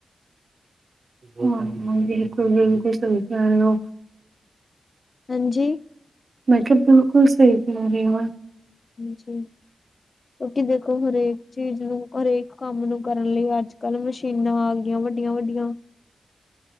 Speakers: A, on the right (about 55°); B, on the left (about 50°).
A: ਹਾਂ, ਬਿਲਕੁਲ- ਬਿਲਕੁਲ, ਸਹੀ ਕੇ ਰਹੇ ਹੋ।
B: ਹਾਂਜੀ।
A: ਮੈਂ ਕਿਹਾ, ਬਿਲਕੁਲ ਸਹੀ, ਕਹਿ ਰਹੇ ਹੋ।
B: ਹਾਂਜੀ, ਕਿਉਂਕਿ ਦੇਖੋ, ਹਰੇਕ ਚੀਜ਼ ਨੂੰ। ਹਰੇਕ ਕੰਮ ਨੂੰ ਕਰਨ ਲਈ। ਅੱਜ ਕੱਲ, ਮਸ਼ੀਨਾਂ ਆ ਗਈਆਂ। ਵੱਡੀਆਂ-ਵੱਡੀਆਂ।